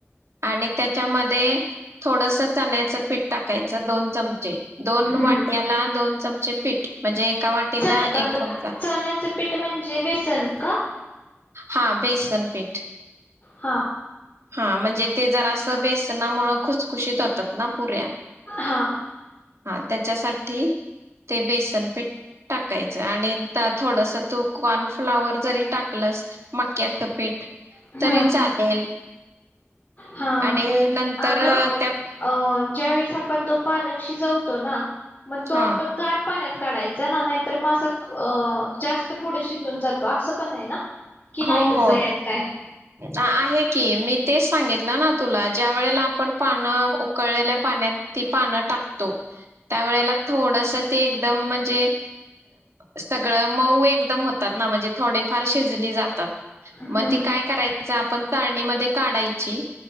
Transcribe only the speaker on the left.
हम्म
चण अ
चण्याचं पीठ म्हणजे बेसन का?
हा.
हा
हम्म
हा
आगं!
अ. ज्या वेळेस आपण तो पालक शिजवतो ना. मग तो
आपण गार पाण्यात काढायचं, ना नाहीतर म असं जास्त पुढ शिजून जातो, असं पण आहे ना. कि नाही
तसं
यात काय
हम्म